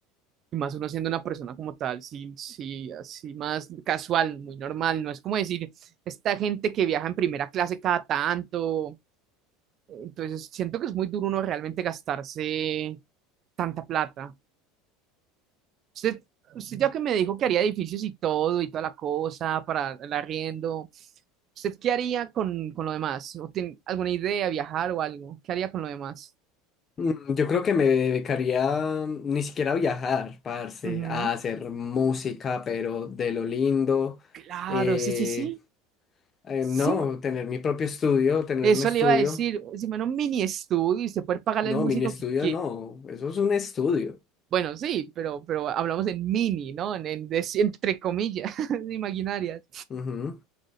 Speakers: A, on the right; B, on the left.
A: Y más uno siendo una persona como tal, sí, sí, así más casual, muy normal. No es como decir, esta gente que viaja en primera clase cada tanto. Entonces, siento que es muy duro uno realmente gastarse tanta plata. Usted, usted ya que me dijo que haría edificios y todo y toda la cosa para el arriendo, ¿usted qué haría con, con lo demás? ¿O tiene alguna idea, viajar o algo? ¿Qué haría con lo demás?
B: Mm, Yo creo que me dedicaría mm, ni siquiera a viajar, parce,
A: Ujú.
B: a hacer música, pero de lo lindo.
A: Claro,
B: Eh,
A: sí, sí, sí.
B: eh,
A: Sí,
B: no,
A: sí,
B: tener mi propio estudio, tener
A: Eso
B: un estudio
A: le iba a decir, si en un mini estudio y usted puede pagarle
B: No,
A: al músico
B: mini estudio
A: que, que-
B: no, eso es un estudio.
A: bueno, sí, pero, pero hablamos en mini, ¿no? En, en des- entre comillas, <laughs> imaginarias.
B: Ujú.